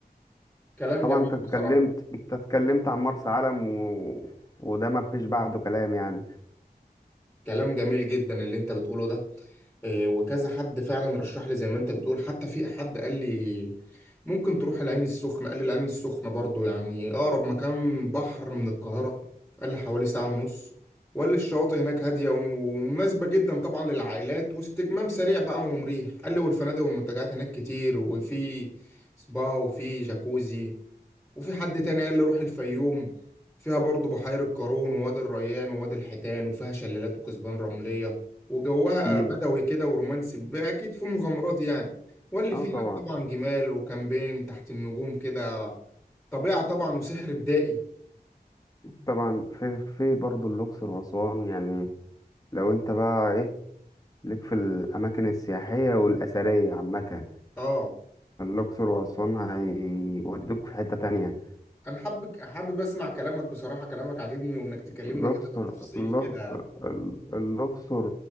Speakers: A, in the centre; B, on the left (about 20°).
A: كلام
B: طبعا
A: جميل
B: انت اتكلمت
A: بصراحة
B: انت اتكلمت عن مرسى علم و... وده ما فيش بعده كلام يعني
A: كلام جميل جدا اللي انت بتقوله ده آه، وكذا حد فعلا رشح لي زي ما انت بتقول حتى في حد قال لي ممكن تروح العين السخنة قال لي العين السخنة برضو يعني أقرب مكان بحر من القاهرة قال لي حوالي ساعة ونص وقال لي الشواطئ هناك هادية ومناسبة جدا طبعا للعائلات واستجمام سريع بقى ومريح قال لي والفنادق والمنتجعات هناك كتير وفي سبا وفي جاكوزي وفي حد تاني قال لي روح الفيوم فيها برضو بحيرة قارون ووادي الريان ووادي الحيتان وفيها شلالات وكثبان رملية وجوها
B: في
A: بدوي كده ورومانسي ب- أكيد فيه مغامرات يعني واللي
B: اه
A: فيه
B: طبعا
A: هناك طبعا جمال وكامبين تحت النجوم كده طبيعة طبعا وسحر بدائي
B: طبعا في في برضه الاقصر واسوان يعني لو انت بقى ايه ليك في الاماكن السياحيه والاثريه عامه
A: اه
B: الاقصر واسوان هيودوك في حته تانية
A: أنا حابب حابب أسمع كلامك بصراحة كلامك عاجبني وإنك تكلمني
B: الاقصر
A: كده بالتفصيل
B: الأ-
A: كده
B: ال- الاقصر